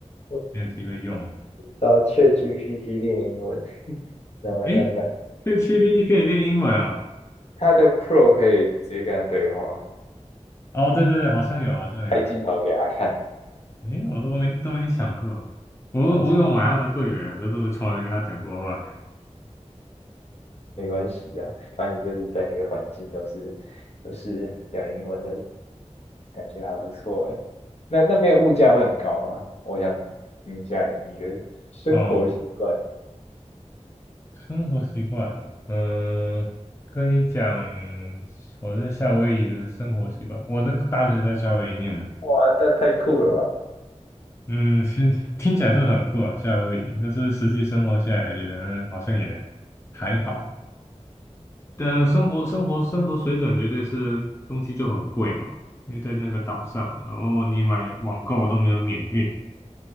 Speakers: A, on the left (about 60°); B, on the left (about 20°).
A: 我
B: 没有机会用。
A: 找 ChatGPT 练英文，然后烂烂。
B: 诶，这个 GPT 可以练英文哦。
A: 他的 Pro 可以直接跟他对话，
B: 哦，对对对，好像有，好像有。
A: 开镜头给他看。
B: 诶，我都没都没想过，我我有买他们的会员，
A: 反正
B: 可是我从来没跟他讲过话。
A: 没关系呀、啊反正你就是在那个环境都是都是讲英文的，感觉还不错哎。那那边物价会很高吗？我想听一下你的生活习惯。
B: 哦，生活习惯啊，呃，跟你讲，我在夏威夷的生活习惯。我的大学在夏威夷念的，
A: 哇，那太酷了吧！
B: 嗯，是听起来是很酷啊，夏威夷。但是实际生活下来，觉得嗯，好像也还好。但生活生活生活水准绝对是东西就很贵嘛，因为在那个岛上，然后你买网购都没有免运。